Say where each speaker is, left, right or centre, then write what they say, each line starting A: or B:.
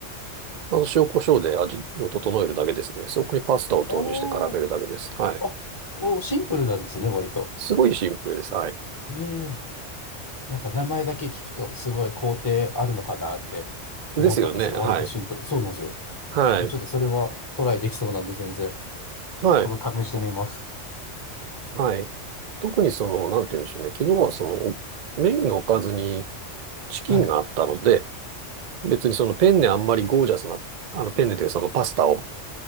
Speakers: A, on the right (about 55°); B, on the left (about 20°).
A: あの、塩コショウで味を整えるだけですね。そこにパスタを投入して絡めるだけです。
B: おー、
A: はい。
B: あ、お、シンプルなんですね、割と。
A: すごいシンプルです。はい。
B: ねえ。なんか名前だけ聞くとすごい工程あるのかなって思ったんですけど、
A: ですよね。はい。
B: 割とシンプル。そうなんですよ。
A: はい。
B: え、ちょっとそれはトライできそうなんで全然、
A: はい。
B: 今度試してみます。
A: はい。特にその、なんて言うんでしょうね。昨日はその、メインのおかずにチキンがあったので、
B: はい。
A: 別にそのペンネあんまりゴージャスな、あのペンネというかそのパスタを